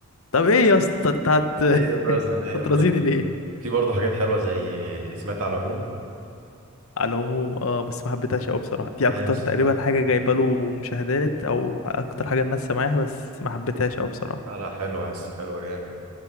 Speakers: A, on the left; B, on the right.
A: طب إيه يا اسطى أنت هت <laughs>
B: هي برازمن هي
A: هترازيني
B: برازمن
A: ليه؟
B: في برضه حاجات حلوه زي سمعت على العموم
A: على العموم اه بس ما حبيتهاش أوي بصراحة دي أكتر
B: اه يا اسطى
A: تقريبا
B: دي جامدة.
A: حاجة جايبة له مشاهدات أو أكتر حاجة الناس سامعاها بس ما حبيتهاش أوي بصراحة
B: لا لا حلوه يا اسطى حلوه جامد